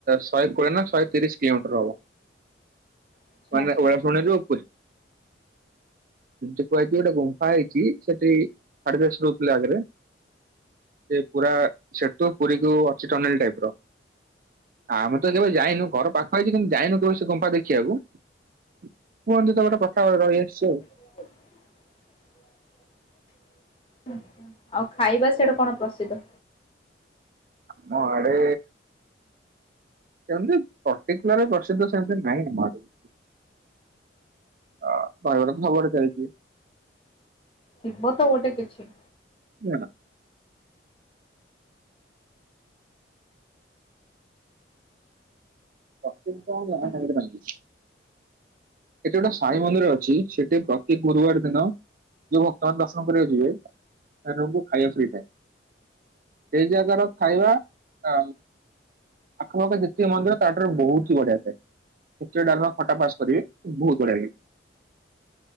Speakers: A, on the right; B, on the left.
A: ଶହେ କୋଡ଼ିଏ ନା ଶହେ ତିରିଶ କିଲୋମିଟର ହବ।
B: ଆଚ୍ଛା
A: ମାନେ
B: ଆଚ୍ଛା।
A: ଓଳାଶୁଣି ରୁ ପୁରୀ। କୁହାହେଇଚି ଗୋଟେ ଗୁମ୍ଫା ହେଇଚି, ସେଠି ସାଢେ ଦଶରୁ ଗଲେ ଆଗେରେ, ସେ ପୁରା ସେଠୁ ପୁରୀ କୁ ଅଛି ଟନେଲ ଟାଇପ୍ ର। ଆମ କେବେ ଯାଇନ ଘର ପାଖ ହେଇଚି କିନ୍ତୁ ଯାଇନୁ କେବେ ସେ ଗୁମ୍ଫା ଦେଖିଆକୁ କୁହନ୍ତୁ ତ ଗୋଟେ କ୍ କଥା ରହି ଆସିଚି ଆଉ।
B: ଆଚ୍ଛା <unintelligible> ଆଉ ଖାଇବା ସିଆଡେ କଣ ପ୍ରସିଦ୍ଧ?
A: ଆମ ଆଡେ। ସେମିତି ପର୍ଟିକୁଲାର ପ୍ରସିଦ୍ଧ ସେମିତି ନାହିଁ, ଆମ ଆଡେ। ଅ ବାହାଘର ତ ସବୁଆଡେ ଚାଲିଚି।
B: ଥିବତ ଗୋଟେ କିଛି।
A: ନିଆଲ। ଅଚିନ୍ତା
B: ଆଜ୍ଞା
A: ମହାଟାଉଏଲେ୍ ଭାଙ୍ଗିଛି। ଏଠି ଗୋଟେ ସାଇ ମନ୍ଦିର ଅଛି, ସେଠି ପ୍ରତି ଗୁରୁବାର ଦିନ ଯୋଉ ଭକ୍ତମାନେ ଦର୍ଶନ କରିବାକୁ ଯିବେ, ସେଦିନଠୁ ଖାଇବାକୁ ସବୁ ହେଇଥାଏ। ସେଇ ଜାଗାର ଖାଇବା ଆ ଆଖପାଖ ଯେତିକ ମନ୍ଦିର ତା ଠାରୁ ବହୁତ୍ ବଢିଆ ଥାଏ, ଖେଚୁଡି ଡାଲମା ଖଟା ପାସ୍ କରିବେ ବହୁତ୍ ବଢିଆ ଲାଗେ।